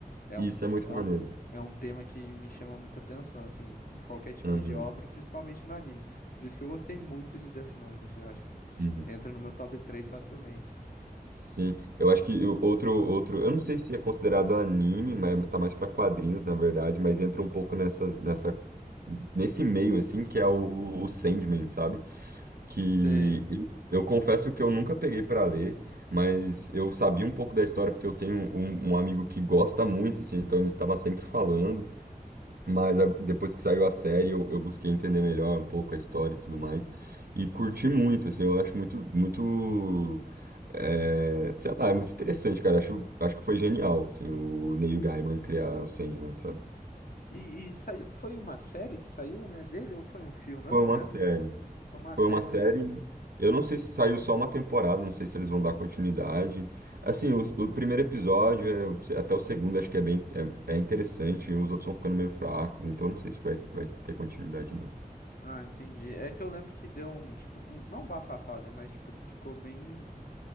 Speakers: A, on the left; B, on the right.
A: é
B: Isso
A: um,
B: é muito
A: é
B: maneiro.
A: um, é um tema que me chama muita atenção, assim, em qualquer tipo
B: Uhum,
A: de obra, principalmente no anime. Por isso que eu gostei muito de Death Note, assim, eu acho que
B: uhum.
A: entra no meu top 3 facilmente.
B: Sim, eu acho que o outro, outro, eu não sei se é considerado anime, mas tá mais para quadrinhos, na verdade, mas entra um pouco nessas, nessa, nesse meio, assim, que é o, o Sandman, sabe? Que
A: Sei.
B: eu, eu confesso que eu nunca peguei para ler, mas eu sabia um pouco da história porque eu tenho um, um amigo que gosta muito, assim, então ele estava sempre falando. Mas a- depois que saiu a série, eu, eu busquei entender melhor um pouco a história e tudo mais. E curti muito, assim, eu acho muito, muito, é, sei lá, é muito interessante, cara. Acho, acho que foi genial, assim, o Neil Gaiman criar o Sandman, sabe?
A: E, e saiu, foi uma série que saiu, né, dele ou foi um filme?
B: Foi
A: Eu não
B: uma
A: lembro.
B: série,
A: Foi uma
B: foi
A: série,
B: uma série.
A: né?
B: Eu não sei se saiu só uma temporada, não sei se eles vão dar continuidade. Assim, o, o primeiro episódio, é, até o segundo, acho que é bem, é, é interessante, e os outros vão ficando meio fracos, então não sei se vai, vai ter continuidade, não.
A: Ah, entendi. É que eu lembro que deu um, tipo, um, não um bafafá, né, mas tipo, ficou bem,